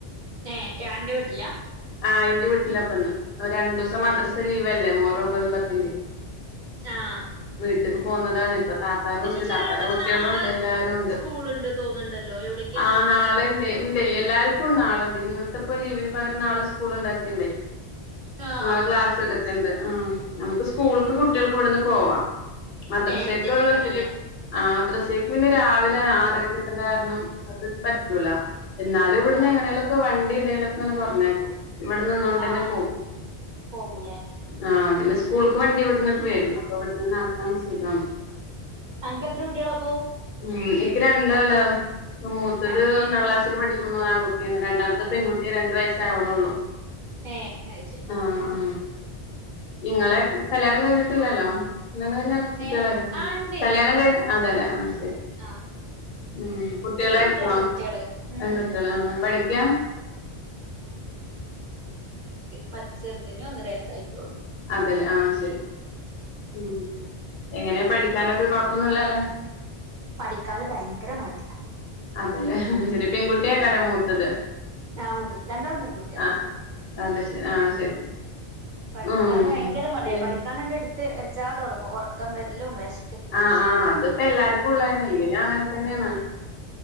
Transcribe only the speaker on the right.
ഏ അന്റെ വീട്ടിലാ
അത്
ശരി
ആഹ്
പക്ഷെ
ചെലോടത്തൊക്കെ
നാളെ
സ്കൂളുണ്ട് തോന്നുന്നുണ്ടല്ലോ എവിടെയൊക്കെ
ഉണ്ട്ന്നൊക്കെ
പറയണേട്ട്
ആഹ്
ശരി
ഏഹ്
എടുത്തന്നെക്കാരല്ലേ
ആഹ്
ആഹ്
പോകൂലേ
അനക്കെത്ര കുട്ടികളാപ്പോ
ആഹ്
ഏ അത് ശരി
ഏഹ് ആഹ് ഇണ്ടേ
ആഹ്
എനിക്കുണ്ട്
രണ്ട് കുട്ടികള് ഉം
പറ്റെ ചെർതിന് ഒന്നര വയസായിട്ടുള്ളൂ
പഠിക്കാന് ഭയങ്കര മടിയാ
ആഹ് മൂത്തത് രണ്ടാളും പെൺകുട്ടികളാ
പഠിക്കാാന്
ഭയങ്കര മടിയാ
പഠിക്കാനണ്ട് എടുത്ത് വെച്ചാ തുടങ്ങും ഉറക്കം വരലും വോഷ
ഉം